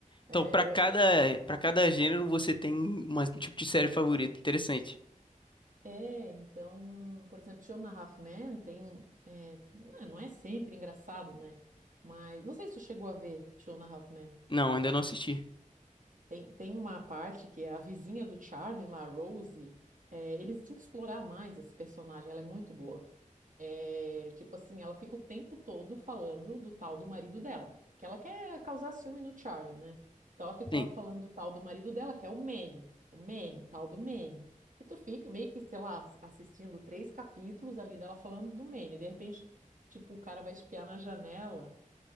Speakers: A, on the left; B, on the right.
A: Então,
B: É,
A: pra cada,
B: é, é-
A: para cada gênero você tem uma- um tipo de série favorita. Interessante.
B: é, então, por exemplo, Two and a Half Men tem, é, não é não é sempre engraçado, né? Mas não sei se tu chegou a ver Two and a Half Men.
A: Não, ainda não assisti.
B: Tem, tem uma parte que é a vizinha do Charlie, lá, a Rose. é, eles têm que explorar mais esse personagem, ela é muito boa. É, tipo assim, ela fica o tempo todo falando do tal do marido dela, que ela quer causar ciúme no Charlie, né? Então ela fica
A: Sim,
B: lá falando do tal do marido dela, que é o Manny, o Manny, tal do Manny. E tu fica meio que, sei lá, ass- assistindo três capítulos ali dela falando do Manny. De repente, tipo, o cara vai espiar na janela.